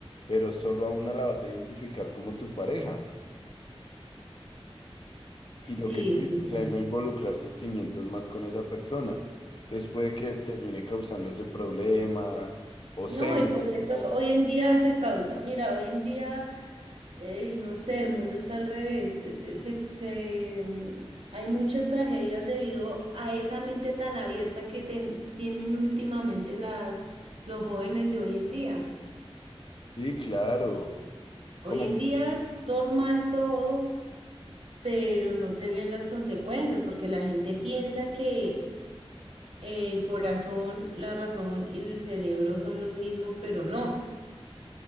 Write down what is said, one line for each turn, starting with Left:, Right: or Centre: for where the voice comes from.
Left: pero solo a una la vas a identificar como tu pareja. Y lo
Right: Sí,
Left: que tú dices,
Right: sí, sí.
Left: o sea, no involucrar sentimientos más con esa persona. Entonces puede que termine causándose problemas o
Right: No,
Left: celos.
Right: y por eso hoy en día se causa, mira, hoy en día, eh, no sé, el mundo está al revés. Eh, Se, se, se- mm, hay muchas tragedias debido a esa mente tan abierta que ten- tienen últimamente las, los jóvenes de hoy en día.
Left: Sí, claro. Como
Right: Hoy en
Left: que
Right: día, normal todo, pero no se ven las consecuencias porque la gente piensa que el corazón, la razón y el cerebro son los mismos, pero no,